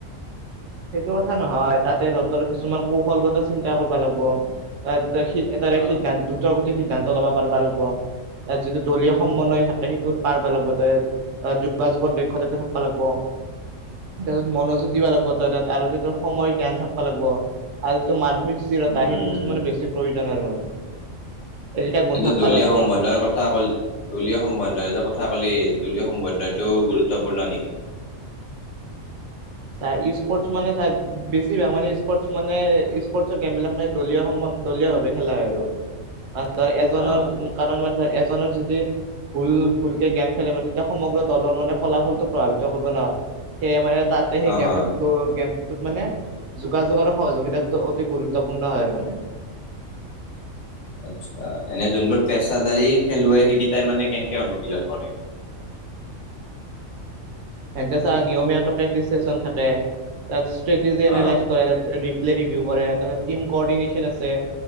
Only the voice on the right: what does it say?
সেইটো কথা নহয় তাতে সিহঁতৰ কিছুমান কৌশলগত চিন্তা কৰিব লাগিব তাত। এটা সি এটা
সিদ্ধান্ত দুটা গোটেই সিদ্ধান্ত ল'ব পাৰিবা লাগিব। তাত যিটো দলীয় সমন্বয় থাকে সেইটো পাৰব লাগিব। যোগাযোগত দক্ষতা থাকিবা লাগব। তাৰ পিছত মনোযোগ দিবা লাগিব। আৰু যিটো সময়ৰ জ্ঞান থাকিব লাগিব। আৰু যিটো মানসিক স্থিৰতা
সেইটো বস্তু মানে বেছি প্ৰয়োজন। জ্ঞানৰ মানে। এইকেইটা গুণ
থাকিব
লাগিব
আৰু
তাৰ স্পৰ্টচ মানে তাৰ বেছিভাগ মানে স্পৰ্টচ মানে স্পৰ্টচৰ গেম বিলাক মানে দলীয় সম্বন্ধ। <unintelligible> দলিয় ভাৱে খেলা হয় আৰু।
ধৰ এজনৰ
কাৰণ মানে ধৰ এজনৰ যদি। ফুল ফুলকে গেম খেলে মানে তেতিয়া সমগ্ৰ দলৰ মানে ফলাফলটো প্ৰভাৱিত কৰিব ন। সেই মানে তাতে সেই
গেমটো
দল গেম। মানে যোগাযোগ আৰু সহযোগিতাটো অতি গুৰুত্বপূৰ্ণ হয় আৰু মানে।
সিহঁতে ছা নিয়মীয় প্ৰেক্টিচ চেন থাকে। তাত ষ্ট্ৰেটিজেন
এনালাইজ কৰে। প্লে ৰিভিউ কৰে তাতে টিম কৰ্ডিনেশ্যন আছে।